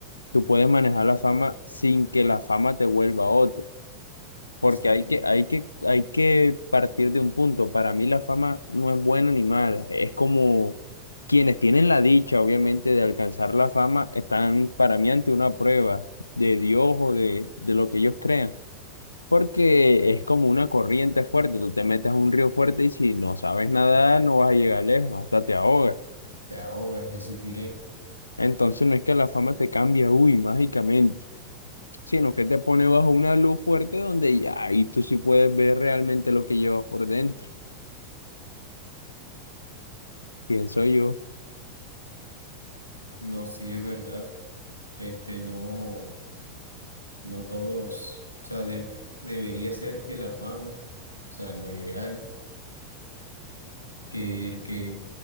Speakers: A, on the left; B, on the right.
A: tú puedes manejar la fama sin que la fama te vuelva otra. Porque
B: exacto.
A: hay que, hay que, hay que partir de un punto. Para mí la fama no es buena ni mala. Es como quienes tienen la dicha, obviamente, de alcanzar la fama, están para mí ante una prueba de Dios o de, de lo que ellos crean. Porque es como una corriente fuerte. Tú te metes a un río fuerte y si no sabes nadar, no vas a llegar lejos, hasta te ahogas.
B: Te ahogas, eso es directo.
A: Entonces no es que la fama te cambie, uy, mágicamente sino que te pone bajo una luz fuerte donde ya y tú sí puedes ver realmente lo que llevas por dentro. Pienso yo,
B: No, sí es verdad. Este, no, no todos, o sea, de- debería ser que la fama, o sea, lo ideal, que el que